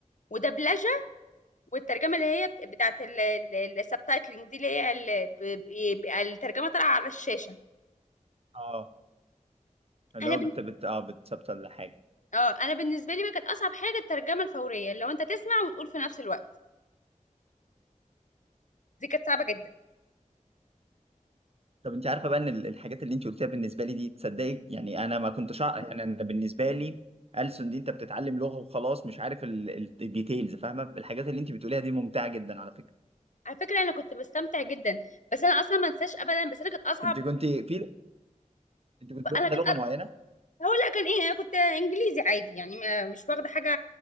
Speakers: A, on the left (about 65°); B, on the right (about 50°).
A: ودبلجه والترجمه اللي هي بت- بتاعت السبتايتلنج دي اللي هي ال- ب- بيبقى الترجمه طالعه على الشاشه
B: اه اللي
A: انا
B: هو
A: بن...
B: بت بت اه بتثبت ولا حاجه
A: اه انا بالنسبه لي بقى كانت اصعب حاجه الترجمه الفوريه لو انت تسمع وتقول في نفس الوقت دي كانت صعبه جدا
B: طب انت عارفه بقى ان ال- الحاجات اللي انت قلتيها بالنسبه لي دي تصدقي يعني انا ما كنتش أع- يعني انا بالنسبه لي ألسن دي انت بتتعلم لغه وخلاص مش عارف ال- ال- الديتيلز فاهمه الحاجات اللي انت بتقوليها دي ممتعه جدا على فكره
A: على فكره انا كنت بستمتع جدا بس انا اصلا ما انساش ابدا بس انا كانت اصعب
B: انت كنت في انت كنت واخده
A: انا كنت
B: لغه معينه
A: هقول لا كان ايه انا كنت انجليزي عادي يعني ما- مش واخده حاجه